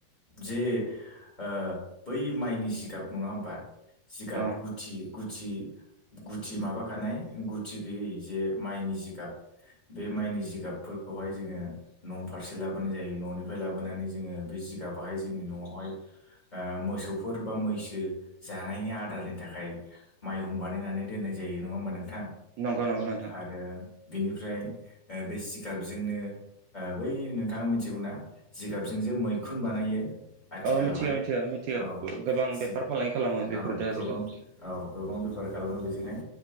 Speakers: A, on the left; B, on the right.
A: जे ओ बै माइनि जिगाब नङा होमबा? जिगाब
B: अ
A: गुथि गुथि गुथि माबाखानाय गुथि गैयै जे माइनि जिगाब बे माइनि जिगाबफोरखौहाय जोङो न' फारसे लाबोनाय जायो। न'निफ्राय लाबोनानै जोङो बे जिगाबहाय जोंनि न'आवहाय ओ मोसौफोर बा मैसो जानायनि आदारनि थाखाय माइहुं बानायनानै दोननाय जायो। नङा होनबा नोंथां?
B: नंगौ नंगौ नोंथां
A: आरो बिनिफ्राय ओ बे सिगाबजोंनो ओ बै नोंथाङा मिथिगौना जिगाबजों जे मैखुन बानायो आथिखालावहाय?
B: अ मिथिगौ मिथिगौ मिथिगौ
A: औ
B: गोबां
A: जि
B: बेफार फालांगि खालामो बेफोरदो
A: औ गोबां
B: आजिखालि
A: औ गोबां बेफार खालामो बेजोंहाय।